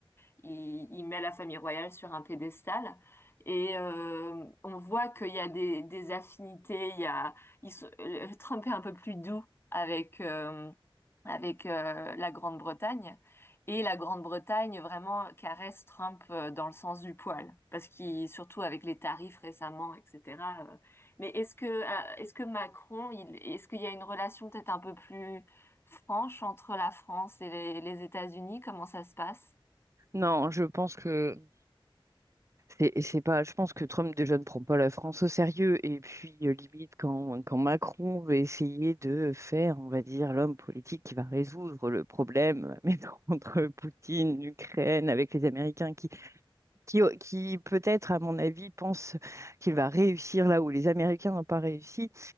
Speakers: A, on the left; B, on the right.
A: il, il met la famille royale sur un pédestal et euh, on voit qu'il y a des, des affinités. Il y a, ils sont- euh, Trump est un peu plus doux avec euh, avec euh, la Grande-Bretagne et la Grande-Bretagne vraiment caresse Trump euh, dans le sens du poil parce qu'il surtout avec les tarifs récemment, etc. euh, mais est-ce que euh, est-ce que Macron, il, est-ce qu'il y a une relation peut-être un peu plus franche entre la France et les, les États-Unis? Comment ça se passe?
B: Non, je pense que c'est c'est pas. Je pense que Trump déjà ne prend pas la France au sérieux. Et puis euh, limite quand quand Macron veut essayer de faire, on va dire, l'homme politique qui va résoudre le problème, <laughs> mais non, entre Poutine, l'Ukraine, avec les Américains qui qui qui peut-être à mon avis pense qu'il va réussir là où les Américains n'ont pas réussi.